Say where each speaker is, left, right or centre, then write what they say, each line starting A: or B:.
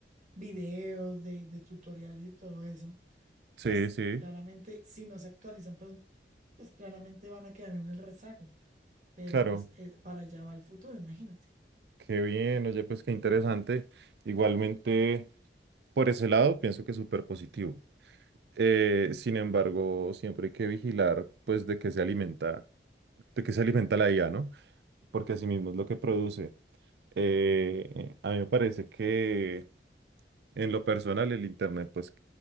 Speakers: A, on the right; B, on the right.
A: videos de, de tutoriales y todo eso.
B: Sí,
A: Pues
B: sí,
A: claramente, si no se actualizan, pues, pues claramente van a quedar en el rezago. Pero
B: claro.
A: pues eh, para allá va el futuro, imagínate.
B: Qué bien, oye, pues qué interesante. Igualmente, por ese lado, pienso que es súper positivo. Eh, sin embargo, siempre hay que vigilar, pues, de qué se alimenta, de qué se alimenta la IA, ¿no? Porque así mismo es lo que produce. Eh, a mí me parece que, en lo personal, el Internet, pues,